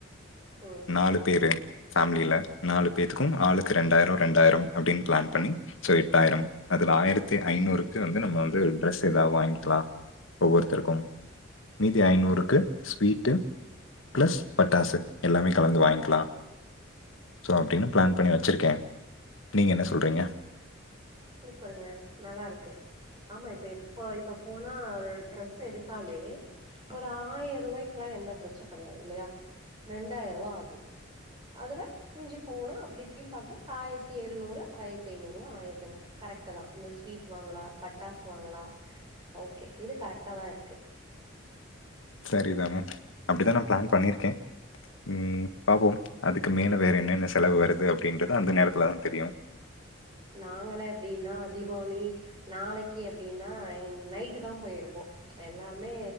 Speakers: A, on the right (about 25°); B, on the left (about 75°).
A: ம்
B: நாலு பேரு ஃபேம்லில நாலு பேத்துக்கும் ஆளுக்கு ரெண்டாயிரோ ரெண்டாயிரம் அப்டின் பிளான் பண்ணி சோ எட்டாயிரம் அதுல ஆயிரத்து ஐநூறுக்கு வந்து நம்ம வந்து ட்ரெஸ் எதாவ் வாங்கிக்லா ஒவ்வொருத்ருக்கும் மீதி ஐநூறுக்கு ஸ்வீட்டு ப்ளஸ் பட்டாசு எல்லாமே கலந்து வாங்கிக்லா சோ அப்டின் பிளான் பண்ணி வச்சுருக்கே நீங்க என்ன சொல்றீங்க
A: சூப்பருங்க நல்லாருக்கு ஆமா இப்ப எப்ப இப்ப போனா ட்ரெஸ் எடுத்தாலே ஒரு ஆயர்ரூவாய்க்லா எந்த ட்ரெஸ்சு கெடையா இல்லையா ரெண்டாயிர் ரூவா ஆகு அதுல மிஞ்சி போனா அப்டி இப்டின் பாக்கும்போ ஆயிரத்திஎழுநூறு ஆயர்த் ஐநூறுவா ஆய <unintelligible> கரெக்ட்டு தா இந்த ஸ்வீட் வாங்லா பட்டாசு வாங்கலா ஓக்கே இது கரெக்ட்டா தா இருக்கு
B: சரிதான ம் அப்டிதா நா பிளான் பண்ணிருக்கே ம் பாப்போம் அதுக்கு மேல வேற என்னென்ன செலவு வருது அப்டின்றது அந்த நேரத்துல தா தெரியு
A: நாங்கலா எப்டின்னா தீபாவளி நாளைக்கு அப்டின்னா இ நைட்டு தா போய் எடுப்போ எல்லாருமே